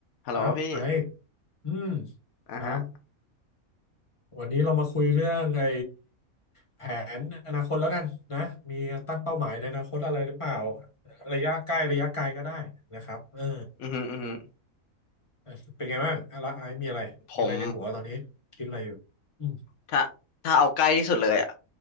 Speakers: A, on the left (about 80°); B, on the left (about 25°).
A: ฮัลโหลพี่
B: ครับไออืม
A: อ่ะฮะ
B: ครับ วันนี้เรามาคุยเรื่องไอแผนอนาคตแล้วกันนะมีตั้งเป้าหมายในอนาคตอะไรหรือเปล่า ระยะใกล้ระยะไกลก็ได้นะครับเออ
A: อืมอหืมออือหือ
B: เป็นไงบ้างอะละไอซ์มีอะไร
A: ผม
B: มีอะไรในหัวตอนนี้คิดอะไรอยู่อืม
A: ถ้าถ้าเอาใกล้ที่สุดเลยอ่ะ